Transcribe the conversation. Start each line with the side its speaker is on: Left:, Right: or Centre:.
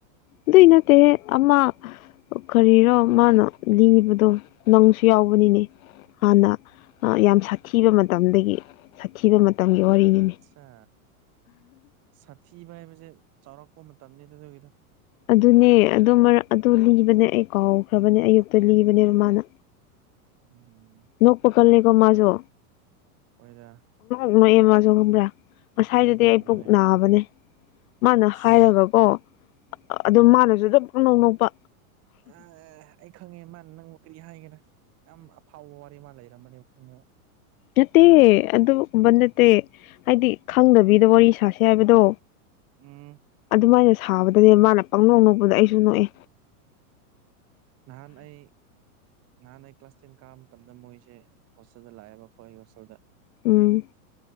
Left: ꯑꯗꯨꯏ ꯅꯠꯇꯦꯍꯦ ꯑꯃ ꯀꯔꯤꯔꯣ ꯃꯥꯅ ꯂꯤꯕꯗꯣ ꯅꯪꯁꯨ ꯌꯥꯎ ꯌꯥꯎꯕꯅꯤꯅꯦ ꯍꯥꯟꯅ ꯌꯥꯝ ꯁꯥꯊꯤꯕ ꯃꯇꯝꯗꯒꯤ ꯁꯥꯊꯤꯕ ꯃꯇꯝꯒꯤ ꯋꯥꯔꯤꯅꯤꯅꯦ
Right: ꯑꯠꯆꯥ ꯁꯥꯊꯤꯕ ꯍꯥꯏꯕꯖꯦ ꯆꯥꯎꯔꯛꯄ ꯃꯇꯝꯅꯤ ꯑꯗꯨꯒꯤꯗꯣ
Left: ꯑꯗꯨꯅꯦ ꯑꯗꯨ ꯃꯔꯛ ꯑꯗꯣ
Right: ꯎꯝ
Left: ꯂꯤꯕꯅꯦ ꯑꯩ ꯀꯥꯎ ꯈ꯭ꯔꯕꯅꯦ ꯑꯌꯨꯛꯇ ꯂꯤꯕꯅꯦꯕ ꯃꯥꯅ
Right: ꯎꯝ
Left: ꯅꯣꯛꯄ ꯀꯜꯂꯦꯀꯣ ꯃꯥꯖꯨ
Right: ꯍꯣꯏꯗ
Left: ꯅꯣꯛꯑꯦ ꯃꯁꯨ ꯈꯪꯕ꯭ꯔ ꯉꯁꯥꯏꯗꯨꯗꯤ
Right: ꯅꯣꯛꯑꯦ
Left: ꯑꯩ ꯄꯨꯛ
Right: ꯅꯣꯛꯑꯦ
Left: ꯅꯕꯅꯦ ꯃꯥꯅ
Right: ꯑꯁ
Left: ꯍꯥꯏꯔꯒꯀꯣ ꯑꯗꯨ ꯃꯥꯅꯖꯨ ꯑꯗꯨꯝ ꯅꯣꯛ ꯅꯣꯛꯄ
Right: ꯑꯥ ꯑꯩ ꯈꯪꯉꯦ ꯃꯥ ꯅꯪ ꯀꯔꯤ ꯍꯥꯏꯒꯦꯔ ꯌꯥꯝ ꯑꯐꯥꯎꯕ ꯋꯥꯔꯤ ꯑꯃ ꯂꯩꯔꯝꯃꯅꯦꯕ ꯈꯪꯉꯦꯕ
Left: ꯅꯠꯇꯦ ꯑꯗꯨꯒꯨꯝꯕ ꯅꯠꯇꯦ ꯍꯥꯏꯗꯤ ꯈꯪꯗꯕꯤꯗ ꯋꯥꯔꯤ ꯁꯥꯁꯦ ꯍꯥꯏꯕꯗꯣ
Right: ꯎꯝ
Left: ꯑꯗꯨꯃꯥꯏꯅ ꯁꯥꯕꯗꯅꯦ ꯃꯥꯅ ꯄꯪꯅꯣꯛ ꯅꯣꯛꯄꯗ ꯑꯩꯁꯨ ꯅꯣꯛꯑꯦ
Right: ꯅꯍꯥꯟ ꯑꯩ ꯅꯍꯥꯟ ꯑꯩ ꯀ꯭ꯂꯥꯁ ꯇꯦꯟ ꯀꯥꯕ ꯃꯇꯝꯗ ꯃꯣꯏꯖꯦ ꯍꯣꯁꯇꯦꯜꯗ ꯂꯥꯛꯑꯦꯕꯀꯣ ꯑꯩ ꯍꯣꯁꯇꯦꯜꯗ
Left: ꯎꯝ